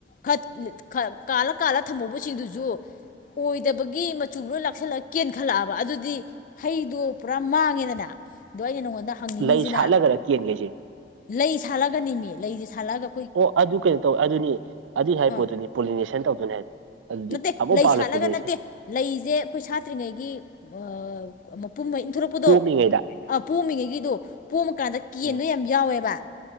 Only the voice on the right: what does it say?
ꯂꯩ ꯁꯥꯠꯂꯒꯔ ꯀꯦꯟꯒꯩꯁꯦ
ꯑꯣ ꯑꯗꯨ ꯀꯩꯅꯣ ꯇꯧ ꯑꯗꯨꯅꯤ ꯑꯗꯨꯏ ꯍꯥꯏ
ꯄꯣꯠꯇꯨꯅꯤ ꯄꯣꯂꯤꯅꯦꯁꯟ ꯇꯧꯗꯣꯏꯅꯤ ꯍꯥꯏꯗꯣ ꯑꯗꯨꯗꯤ
ꯑꯃꯨꯛ
ꯄꯥꯜꯂꯦ
ꯄꯣꯂꯤꯅꯦꯁꯟ
ꯄꯣꯝꯃꯤꯉꯩꯗ
ꯎꯝ